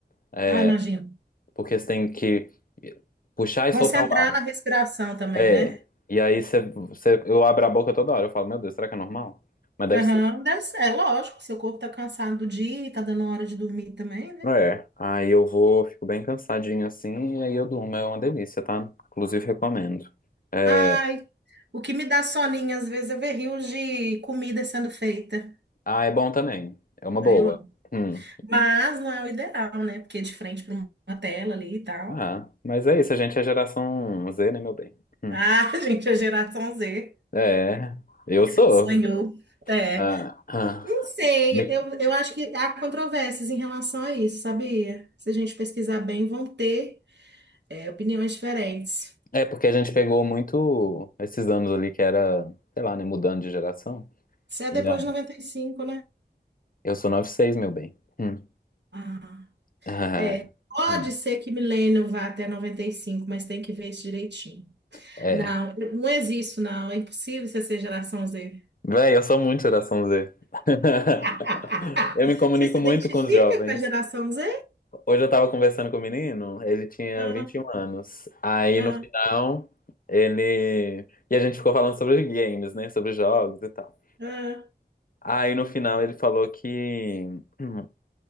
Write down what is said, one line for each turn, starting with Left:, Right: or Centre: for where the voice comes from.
Left: É,
Right: Ah, imagino.
Left: porque você tem que puxar e
Right: Concentrar
Left: soltar o ar.
Right: na respiração também,
Left: É.
Right: né?
Left: E aí você, você- eu abro a boca toda hora. Eu falo, meu Deus, será que é normal? Mas deve
Right: Aham,
Left: ser.
Right: deve ser. É lógico, seu corpo tá cansado do dia e tá dando hora de dormir também, né?
Left: É. Aí eu vou, fico bem cansadinho assim, e aí eu durmo. É uma delícia, tá? Inclusive, recomendo. É.
Right: Ai, o que me dá soninho às vezes é ver rios de comida sendo feita.
Left: Ah, é bom também. É uma boa.
Right: Aí eu amo.
Left: Hum.
Right: Mas não é o ideal, né? Porque é de frente para uma tela ali e tal.
Left: Ah, mas é isso, a gente é geração Z, né, meu bem? Hum.
Right: Ah, <laughs> gente, a geração Z
Left: É, eu sou.
Right: sonhou. é.
Left: Ah, ah.
Right: Não sei,
Left: Me-
Right: eu, eu acho que há controvérsias em relação a isso, sabia? Se a gente pesquisar bem, vão ter é, opiniões diferentes.
Left: É porque a gente pegou muito esses anos ali que era, sei lá, né, mudando de geração.
Right: Se é
Left: E,
Right: depois
Left: ah,
Right: de 95, né?
Left: eu sou 96, meu bem. Hum.
Right: Ah,
Left: Ah,
Right: é. Pode
Left: hum,
Right: ser que Millennium vá até 95, mas tem que ver isso direitinho.
Left: É.
Right: Não, não existe, não. É impossível você ser geração Z.
Left: Véi, eu sou muito geração Z. <laughs>
Right: <laughs>
Left: Eu me comunico
Right: Você se
Left: muito
Right: identifica
Left: com os jovens.
Right: com a geração Z?
Left: Hoje eu tava conversando com o menino, ele tinha
Right: Ah,
Left: vinte e um anos. Aí
Right: ah,
Left: no final, ele. E a gente ficou falando sobre games, né? Sobre jogos e tal.
Right: ah,
Left: Aí no final ele falou que. <clears throat> hum,